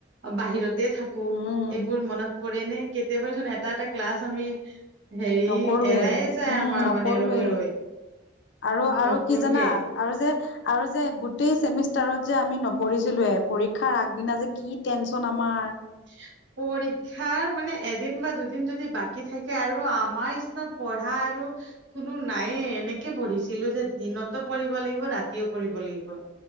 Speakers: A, on the right; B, on the left.
A: বাহিৰত থাকো
B: উম
A: এইবোৰ মনত পৰে নে কেতিয়াবাচোন এটা এটা ক্লাছ আমি হেৰি
B: নকৰোৱে
A: এৰায়ে যায়
B: উম
A: আমাৰ
B: নকৰোৱে
A: মানে ৰৈ ৰৈ
B: আৰু
A: নকৰোৱে
B: আৰু কি জাননা আৰু যে আৰু যে গোটেই চেমিষ্টাৰত যে আমি নপঢ়িছিলোঁৱে পৰীক্ষাৰ আগদিনা যে কি টেনচন আমাৰ
A: <inaudible> পৰীক্ষাৰ মানে এদিন বা দুদিন যদি বাকী থাকে আৰু আমাৰ নিচিনা পঢ়া আৰু কোনো নায়ে এনেকে পঢ়িছিলো যে দিনতো পঢ়িব লাগিব ৰাতিও পঢ়িব লাগিব